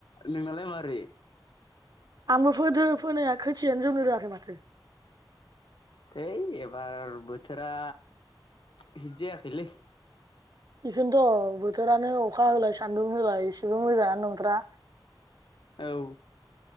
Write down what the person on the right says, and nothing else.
आंबो फोदो फोनाया खोसियानो जौनो रोयाखै माथो
इखौनोथ बोथोरानो अखा होलाय सान्दुं होलाय इसेबो मोजाङानो नंथ्रा